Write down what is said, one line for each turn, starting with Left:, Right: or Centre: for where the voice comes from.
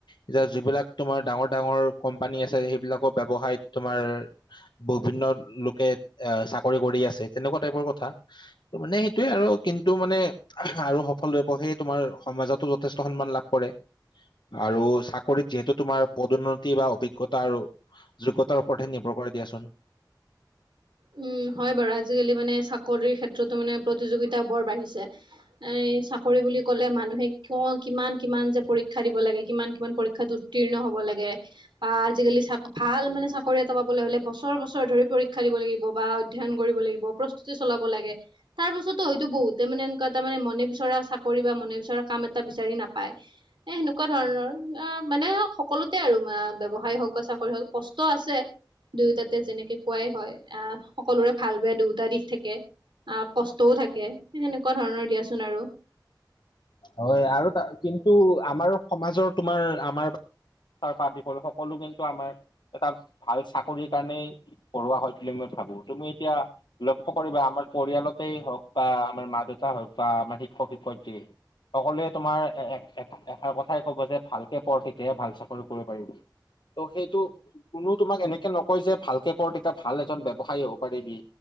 Left: এতিয়া যিবিলাক তোমাৰ ডাঙৰ- ডাঙৰ কম্পানী আছে, সেইবিলাকক ব্যৱসায় তোমাৰ বিভিন্ন লোকে এ চাকৰি কৰি আছে, তেনেকুৱা টাইপৰ কথা। মানে সেইটোৱে আৰু কিন্তু মানে আৰু সফল হৈ প সে তোমাৰ সমাজতো যথেষ্ট সন্মান লাভ কৰে। আৰু চাকৰিত যিহেতু তোমাৰ পদোন্নতি বা অভিজ্ঞতাৰ যুগত নিৰ্ভৰ কৰে দিয়াচোন।
Right: উম হয় বাৰু আজিকালি মানে চাকৰিৰ ক্ষেত্ৰতো মানে প্ৰতিযোগিতা বৰ বাঢ়িছে। এই ই চাকৰি বুলি ক'লে মানুহে কিয় কিমান কিমান যে পৰীক্ষা দিব লাগে কিমান কিমান পৰীক্ষাত উত্তীৰ্ণ হ হব লাগে বা আজিকালি চা ভাল মানে চাকৰি এটা পাব হলে বছৰ বছৰ ধৰি পৰীক্ষা দিব লাগে ব বা অধ্যয়ন কৰিব লাগিব প্ৰস্তুতি চলাব লাগে, তাৰ পাছতো হয়তো বহুতে মানে এনুকুৱা তাৰমানে মনে ধৰা চাকৰি বা মনে বিচৰা কাম এটা বিচাৰি নাপায়, এ সেনেকুৱা ধৰণৰ আ মানে সকলো আচলতে আৰু আ ব্যৱসায় হওক বা চাকৰি হওক কষ্ট আছে, দুয়োটাতে যেনেকে কোৱাই হয়। আহ সকলোৰে ভাল বেয়া দুয়োটা দিশ থাকে। আহ কষ্টও থাকে, সেনেকুৱা ধৰণৰ দিয়াচোন আৰু।
Left: হয় আৰু ত কিন্তু আমাৰ সমাজৰ তোমাৰ আমাৰ তাৰ পৰা আদি কৰি সকলো কিন্তু আমাৰ এটা ভাল চাকৰিৰ কাৰণেই পঢ়োৱা হয় বুলি মই ভাবো, তুমি এতিয়া লক্ষ্য কৰিবা আমা আমাৰ পৰিয়ালতেই হওক বা আমাৰ মা- দেউতা হওক বা আমাৰ শিক্ষক - শিক্ষয়িত্ৰী সকলোৱে তোমাৰ এ এষাৰ কথাই কব যে ভালকে পঢ় থিকহে ভাল চাকৰি কৰিব পাৰিব। ত' সেইটো কোনো তোমাক এনেকে নকয় যে ভালকে পঢ় তেতিয়া ভাল এজন ব্যৱসায়ী হ'ব পাৰিবি।